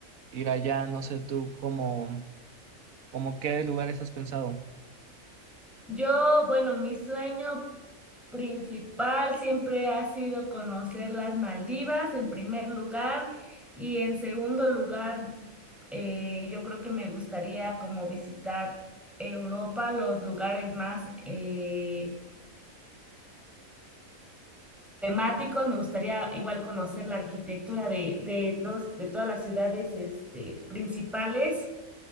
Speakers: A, on the right; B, in the centre.
A: ir allá, no sé tú cómo, cómo qué lugares has pensado.
B: Yo, bueno, mi sueño principal siempre ha sido conocer las Maldivas en primer lugar y en segundo lugar eh, yo creo que me gustaría como visitar Europa, los lugares más eh, temáticos, me gustaría igual conocer la arquitectura de, de, todos- de todas las ciudades este, principales,